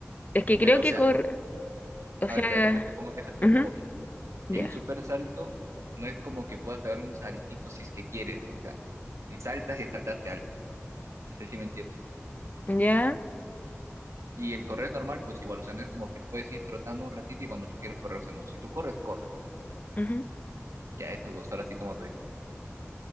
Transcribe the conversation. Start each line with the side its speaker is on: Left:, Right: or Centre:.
Left: Es que creo
Right: Pero,
Left: que
Right: o sea,
Left: corre o
Right: a
Left: sea,
Right: ver, espera, déjate, pongo, déjate, lo
Left: ujú,
Right: pongo bien.
Left: ya,
Right: El super salto no es como que puedas pegar un saltito si es que quieres, o sea, si saltas y saltaste alto, no sé si me entiendes.
Left: ujú, ya,
Right: Y el correr normal, pues igual, o sea, no es como que puedes ir trotando un ratito y cuando tú quieras correr, o sea, no, si tú corres, corres,
Left: ujú.
Right: ya esos dos horas sí toma tu decisión.